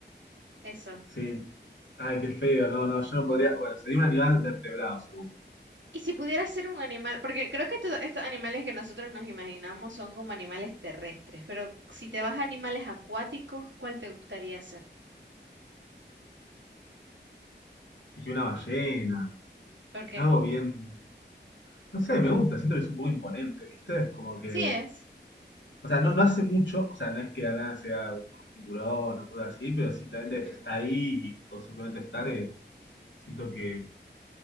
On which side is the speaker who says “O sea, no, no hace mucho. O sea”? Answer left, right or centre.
Left